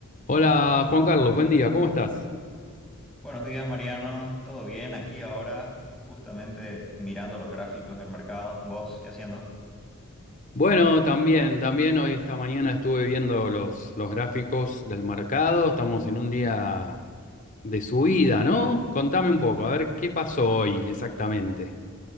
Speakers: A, on the left; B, in the centre.
A: Hola Juan Carlos, buen día, ¿cómo estás?
B: Buenos días, Mariano. ¿Todo bien? Aquí ahora, justamente mirando los gráficos del mercado. ¿Vos qué haciendo?
A: Bueno, también, también hoy esta mañana estuve viendo los, los gráficos del mercado, estamos en un día de subida, ¿no? Contame un poco, a ver qué pasó hoy exactamente.